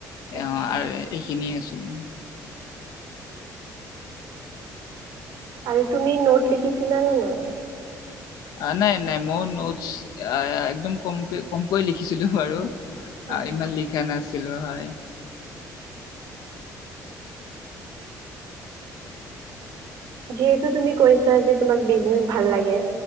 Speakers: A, on the right; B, on the left.
A: আচ্ছা
B: অ আৰু এইখিনিয়ে আছে উম
A: আৰু তুমি নোট লিখিছিলা নে নাই
B: অ নাই নাই মই নোটছ একদম কমক কমকৈ লিখিছিলো বাৰু
A: অ'।
B: ইমান লিখা নাছি কিলো হয়
A: যিহেতু তুমি কৈছা যে তোমাক বিজনেচ ভাল লাগে